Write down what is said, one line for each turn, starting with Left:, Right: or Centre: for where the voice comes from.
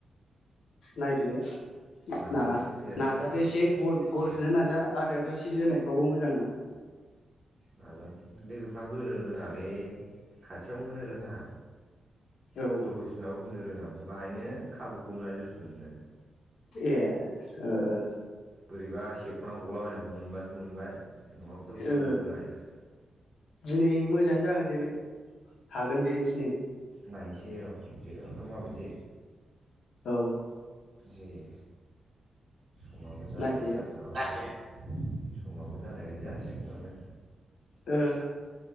Left: नायदो
Right: नाजानोसै
Left: ना
Right: देरहानो
Left: नाजादो एसे गल गलसोनो
Right: उम
Left: नाजा आदायाथ' सि जोनायफ्रावबो मोजां ना
Right: नाजानोसै लोगोफ्रा होनो रोङालै खाथियावनो होनो रोङा।
Left: औ
Right: बल होफिनबाबो होनो रोङाम ओ बाहायनो खाबुखौ मोना जोसननोनो।
Left: ए ओ ओ
Right: बोरैबा सेख'ना गलाबायनायखौ मोनबासो मोनबाय। नङाबाथ'
Left: ओ
Right: होनोनो रोङा
Left: दिनै मोजाङानो जागोन दे बे हागोन बे दिनै।
Right: नायनोसै र' जेरा फ्रा माबायदि
Left: औ
Right: जोयो समाबो जानाय
Left: नायदो
Right: जाखोना माखोथाय समाबो जानाय बायदि जासिगोनानो।
Left: ओ